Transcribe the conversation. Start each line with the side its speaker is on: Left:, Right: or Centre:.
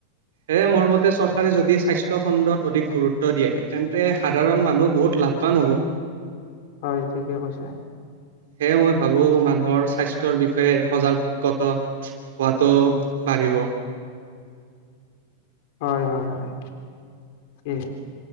Right: এ মোৰ মতে চৰকাৰে যদি স্বাস্থ্য খণ্ডত অধিক গুৰুত্ব দিয়ে। তেন্তে সাধাৰণ মানুহ বহুত লাভবান হ'ব।
Left: হয় ঠিকে কৈছে।
Right: সেয়ে মই ভাবো মানুহৰ স্বাস্থ্যৰ বিষয়ে সজাগতা হোৱাটো বাঢ়িব। <inaudible>
Left: হয়, হয়, হয়, এই